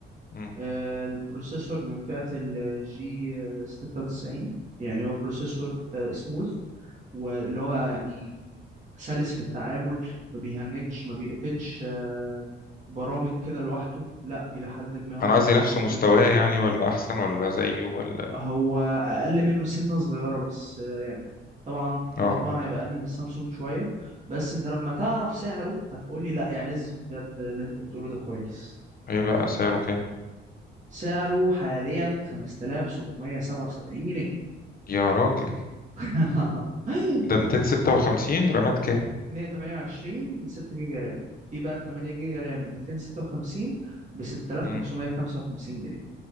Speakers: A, on the left (about 45°); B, on the right (about 35°).
A: مم.
B: آه، البروسيسور من فئة الجي 96 يعني هو بروسيسور سموث واللي هو يعني
A: مم.
B: سلس في التعامل ما بيهنكش ما بيقفلش آه، برامج كده لوحده لا إلى حد ما هو
A: انا قصدي
B: شغال
A: نفس مستواه
B: زي الفل
A: يعني ولا احسن ولا زيه ولا
B: هو اقل منه سنه صغيره بس آه، يعني طبعا
A: اه
B: هو طبعا هيبقى اقل من السامسونج شويه بس انت لما تعرف سعره هتقول لي لا يا عز بجد اللي انت بتقوله ده كويس
A: ايه بقى سعره كام
B: سعره حاليا 5777 جنيه
A: يا راجل
B: <laughs>
A: ده 256 رامات كام
B: 128 6 جيجا رام في بقى 8 جيجا رام 256 ب 6555
A: مم.
B: جنيه